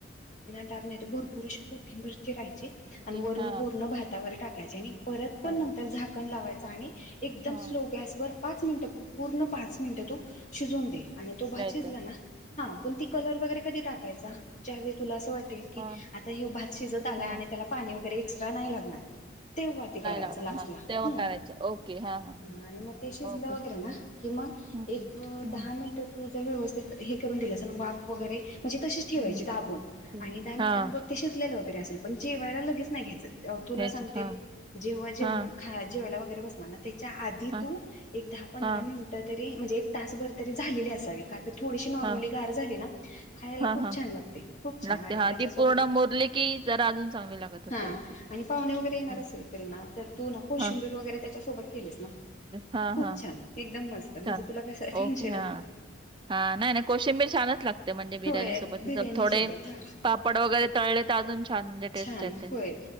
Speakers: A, on the left (about 40°); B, on the right (about 25°).
A: टाक नाही भरपूर अस कोथिंबरचे राहायचे
B: किती
A: आणि वरून
B: हा
A: पूर्ण भातावर टाकायचे आणि परत पण
B: हा
A: नंतर झाकण लावायचं आणि एकदम
B: हा
A: स्लो गॅसवर पाच मिनटं पूर्ण पाच मिनटं तो शिजवून दे आणि तो भाचीिजला
B: द्यायचं
A: ना
B: हा
A: हा पण ती कलर वगैरे कधी टाकायचा ज्यावेळी तुला वाटेल की
B: हा
A: आता हे भात शिजत आला
B: हा
A: आणि त्याला पाणी वगैरे एक्स्ट्रा नाही लागणार तेव्हा तेी करायचं
B: नाही लावणार
A: लास्टला
B: हा तेव्हा
A: ह
B: करायचं ओके हा हा हा
A: आणि मग ते शिजलं
B: ओके
A: वगैरे ना की मग
B: हम्म
A: एक
B: हम्म
A: दहा मिनिट तु व्यवस्थित हे करून दिलं वाफ वगैरे म्हणजे तसेच ठेवायची
B: हम्म
A: दाबून
B: हम्म. ठीक.
A: आणि दहा मिनिटांं
B: हा
A: बघ ते शिजलेलं वैरेल पण जेवायला लगेच नाही घेत तुला
B: घ्यायची
A: सांगते
B: हा
A: जेव्हा जेवण
B: हा
A: ख जेवायला वगैरे बसणार ना त्याच्या आधी
B: हा
A: तू एक दहा पंधरा
B: हा
A: मिनिटं तरी म्हणजे एक तासभर तरी झालेली असाविकात थोडीशी नॉर्मली
B: हा
A: गार झाली ना खायला
B: हा
A: खूप
B: हा
A: छान लागते खूप छान
B: लागते
A: आणि
B: हा
A: त्याच्यासोबत
B: ती पूर्ण मुरली जरा अजून चांगवी लागत असेल
A: हा
B: ती
A: आणि पाहुणे वगैरे येणार
B: हा
A: असेल त्यांना तर तू ना कोशिंबीर
B: हा
A: वगैरे त्याच्यासोबत केलीस ना
B: हा
A: खूप
B: हा
A: छान एकदम मस्त म्हणजे
B: छान
A: तुला कस टेन्शनच
B: ओके हा
A: नाही
B: हा नाही नाही कोशिंबीर छानच लागते म्हणजे बिर्याणी
A: होय
B: सोबत
A: बिर्याणी
B: थोडे
A: सोबत हा
B: पापड वगैरे तळले अजून छान म्हणजे टेस्ट
A: छान
B: येते
A: होय.